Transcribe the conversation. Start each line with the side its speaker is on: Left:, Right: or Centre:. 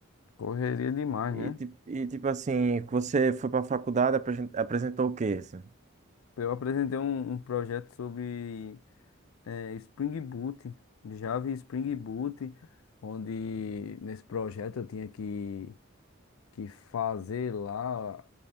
Left: Correria demais,
Right: E,
Left: né?
Right: ti- e tipo assim, você foi pra faculdade, apresen- apresentou o quê? assim?
Left: Eu apresentei um, um projeto sobre eh, Spring Boot, Java e Spring Boot, onde nesse projeto eu tinha que, que fazer lá